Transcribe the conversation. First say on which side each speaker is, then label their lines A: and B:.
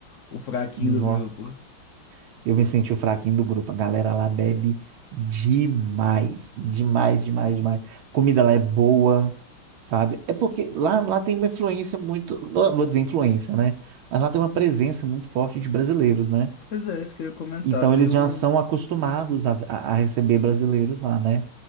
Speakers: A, on the left (about 80°); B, on the right (about 80°).
A: o fraquinho
B: Nó,
A: do grupo.
B: eu me senti o fraquinho do grupo. A galera lá bebe demais, demais, demais, demais. Comida lá é boa, sabe? É porque lá, lá tem uma influência muito, não vou dizer influência, né? Mas lá tem uma presença muito forte de brasileiros, né?
A: Pois é, isso que eu ia comentar.
B: Então
A: Tem
B: eles
A: um.
B: já são acostumados a, a a receber brasileiros lá, né?